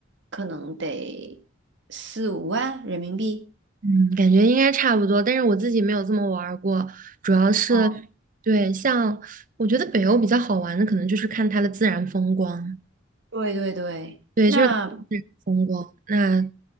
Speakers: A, on the right; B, on the right.
A: 可能得四五万人民币。
B: 嗯，感觉应该差不多，但是我自己没有这么玩儿过，主要是，
A: 哦，
B: 对，像我觉得北欧比较好玩的，可能就是看它的自然风光，
A: 对对对，
B: 对，
A: 那
B: 就是看自然风光。那